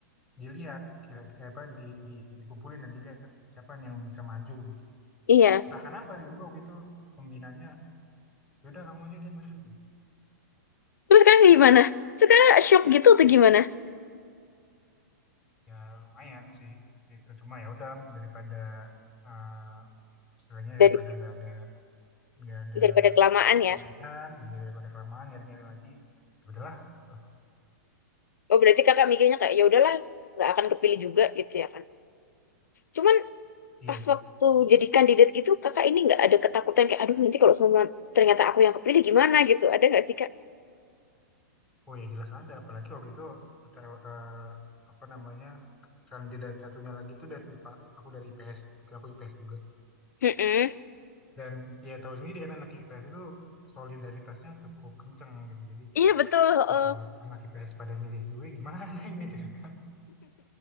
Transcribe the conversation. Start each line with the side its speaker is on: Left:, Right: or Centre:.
Centre: dilihat kira eh, apa di, di, dikumpulin dan dilihat siapa yang bisa maju gitu.
Left: Iya.
Centre: Entah kenapa tiba-tiba waktu itu pembinanya ya udah kamu aja dia maju gitu.
Left: Terus sekarang gimana? Terus kakak shock gitu atau gimana?
Centre: Ya lumayan sih itu cuma ya udah daripada eh, istilahnya
Left: Dari
Centre: daripada nggak ada nggak ada
Left: daripada kelamaan
Centre: pemilihan,
Left: ya.
Centre: iya daripada kelamaan nyari-nyari lagi, ya udahlah. gitu.
Left: Oh berarti kakak mikirnya kayak ya udahlah nggak akan kepilih juga gitu ya kan. Cuman
Centre: Iya
Left: pas waktu jadi kandidat gitu kakak ini nggak ada ketakutan kayak aduh nanti kalau semua ternyata aku yang kepilih gimana gitu. Ada nggak sih kak?
Centre: Oh ya jelas ada, apalagi waktu itu PTL, eh, apa namanya kandidat satunya lagi itu dari IPA, aku dari IPS, juga aku IPS juga.
Left: Mm-mm.
Centre: Dan ya tahu sendiri kan anak IPS itu solidaritasnya cukup kenceng gitu. Jadi
Left: Iya betul. heeh.
Centre: ini kalau anak IPS pada milih gue gimana <laughs> ini gitu. kan.